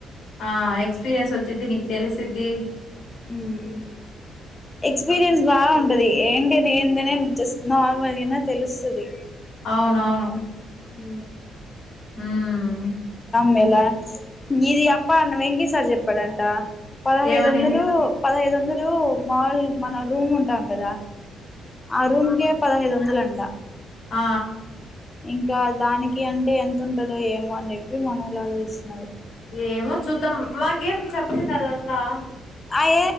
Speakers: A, on the left; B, on the left.
A: ఆ ఎక్స్పీరియన్స్ వచ్చిది నీ తెలిసిది
B: హుమ్ ఎక్స్పీరియన్స్ బాగ్ ఉంటది ఏంటిది ఎందనే జస్ట్ నార్మల్గా అయినా తెలుస్తది
A: అవునవును
B: అ
A: హుమ్
B: మేళ ఇది అప్పన్ వెంకి సార్ చెప్పాడంట పదహైదొందలు
A: ఏమని
B: పదహైదు వందలు మాముల్ మన రూమ్ ఉంటాం కదా ఆ రూంకే పదహైద్ వందలు అంట
A: ఆ
B: ఇంకా దానికి అంటే ఎంత ఉంటదో ఏమో అని చెప్పి మనళ ఆలోచిస్తున్నారు
A: ఏమో చూద్దాం మాకేం చెప్పలే అదంతా
B: అయ